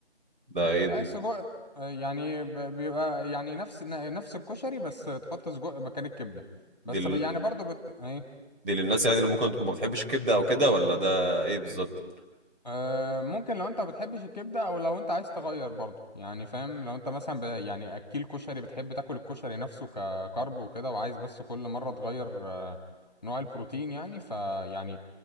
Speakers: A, on the right; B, on the left.
A: ده ايه دي
B: آه، سجق آه، يعني ب- بيبقى يعني نفس ن- نفس الكشري بس تحط سجق مكان الكبدة بس
A: دي ال...
B: ب- يعني برضو بت... ايه
A: دي للناس يعني اللي ممكن تكون ما بتحبش الكبده او كده ولا ده ايه بالظبط
B: آه، ممكن لو انت ما بتحبش الكبدة او لو انت عايز تغير برضو يعني فاهم لو انت مثلا ب... يعني اكيل كشري بتحب تاكل الكشري نفسه ككرب وكده وعايز بس كل مرة تغير آه، نوع البروتين يعني فيعني